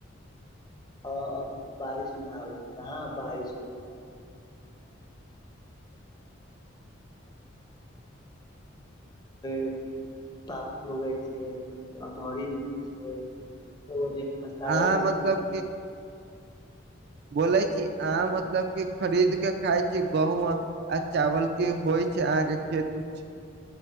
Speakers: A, on the left; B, on the right.
A: हाँ अब तऽ बारिश नै आबै छै कहाँ बारिश होय छै <inaudible> <unintelligible> पापड़ उगे छै अदौरी उगे छै तऽ ओ जे पसारय
B: अहाँ मतलब
A: छै
B: बोलय छी अहाँ मतलब की खरीद के खाय छी गहूं आ चावल केँ होय छय अहाँ केँ खेत उत छय